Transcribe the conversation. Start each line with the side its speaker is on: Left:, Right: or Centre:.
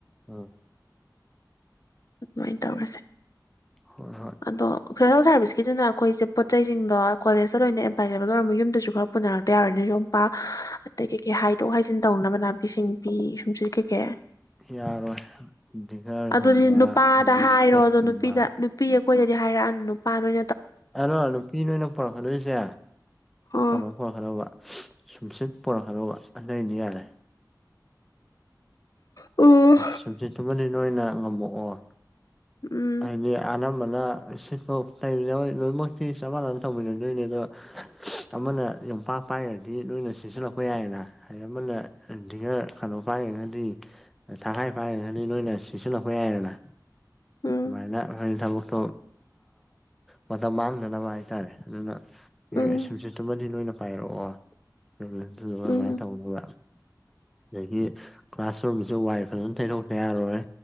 Centre: ꯑꯣ
Left: ꯑꯗꯨꯃꯥꯏꯅ ꯇꯧꯔꯁꯦ
Centre: ꯍꯣꯏ ꯍꯣꯏ
Left: ꯑꯗꯣꯣꯏ ꯍꯦꯜ ꯁꯥꯔꯕꯤꯁꯀꯤꯗꯨꯅ ꯑꯩꯈꯣꯏꯁꯦ ꯄꯣꯠꯩ ꯆꯩꯁꯤꯡꯗꯣ ꯀꯣꯂꯦꯖꯇ ꯂꯣꯏꯅ ꯑꯦꯕꯥꯏꯂꯦꯕꯜ ꯑꯣꯏꯔꯝꯕ ꯌꯨꯝꯗꯁꯨ ꯈꯔ ꯄꯨꯅꯔꯛꯇ ꯌꯥꯔꯣꯏꯅꯦ ꯌꯣꯝꯄꯥꯛ ꯑꯇꯩ ꯀꯩ ꯀꯩ ꯍꯥꯏ ꯊꯩꯗꯣꯛ ꯍꯩꯖꯤꯟ ꯇꯧꯅꯕ ꯅꯥꯄꯤ ꯁꯤꯡꯕꯤ ꯁꯨꯝ ꯁꯤꯠ ꯀꯩꯀꯦ
Centre: ꯌꯥꯔꯣꯏ ꯗꯤꯒꯔꯒꯨꯝꯕ
Left: ꯑꯗꯨꯗꯤ ꯅꯨꯄꯥꯗ
Centre: ꯑꯗꯒꯤ
Left: ꯍꯥꯏꯔꯣ
Centre: ꯏꯁꯄꯦꯠꯀꯨꯝꯕ
Left: ꯑꯗꯣ ꯅꯨꯄꯤꯗ ꯅꯨꯄꯤ ꯑꯩꯈꯣꯏꯗꯗꯤ ꯍꯥꯏꯔꯛꯑꯅ ꯅꯨꯄꯥ ꯅꯣꯏ
Centre: ꯑꯂꯣ ꯅꯨꯄꯤ ꯅ ꯑꯣꯏꯅ ꯄꯨꯔꯛꯀꯗꯣꯏꯁꯦ
Left: ꯑꯣ
Centre: ꯀꯩꯅꯣ ꯄꯣꯔꯛꯀꯗꯕ ꯁꯨꯝꯁꯤꯠ ꯄꯣꯔꯛꯀꯗꯧꯕ ꯑ ꯑꯩꯅ ꯌꯥꯔꯦ
Left: ꯎꯝ
Centre: ꯁꯝꯆꯦ ꯊꯨꯝꯍꯜꯂꯤ ꯅꯣꯏꯅ ꯉꯝꯃꯛꯑꯣ
Left: ꯎꯝ
Centre: ꯍꯥꯏꯗꯤ ꯑꯅꯝꯕꯅ ꯁꯤꯠꯐꯥꯎ ꯇ ꯂꯣꯏꯃꯛ ꯐꯤ ꯆꯞ ꯃꯥꯟꯅꯅ ꯇꯧꯃꯤꯟꯅꯗꯣꯏꯅꯤ ꯑꯗꯣ ꯑꯃꯅ ꯌꯣꯝꯄꯥꯛ ꯄꯥꯏꯈꯔꯗꯤ ꯂꯣꯏꯅ ꯆꯁꯤꯜꯂꯛꯄ ꯌꯥꯏꯌꯦꯅ ꯍꯥꯏꯗꯤ ꯑꯃꯅ ꯗꯤꯒꯔ ꯀꯩꯅꯣ ꯄꯥꯏꯔꯒꯗꯤ ꯊꯪꯈꯥꯏ ꯄꯥꯏꯔꯒꯗꯤ ꯅꯣꯏꯅ ꯁꯤꯁꯤꯜꯂꯛꯄ ꯌꯥꯏꯌꯦꯗꯅ
Left: ꯎꯝ
Centre: ꯁꯃꯥꯏꯅ ꯍ ꯊꯝꯛ ꯃꯇꯝ ꯃꯥꯡꯗꯅꯕ ꯍꯥꯏꯇꯥꯔꯦ ꯑꯗꯨꯅ
Left: ꯎꯝ
Centre: ꯁꯨꯝꯁꯤꯠꯇꯨꯃꯗꯤ ꯂꯣꯏꯅ ꯄꯥꯏꯔꯛꯑꯣ ꯑꯗꯨꯃꯥꯏꯅ
Left: ꯎꯝ
Centre: ꯇꯧꯅꯕ ꯑꯗꯒꯤ ꯀ꯭ꯂꯥꯁꯔꯨꯝꯁ ꯋꯥꯏ ꯐꯖꯅ ꯇꯩꯊꯣꯛꯄ ꯌꯥꯔꯣꯏ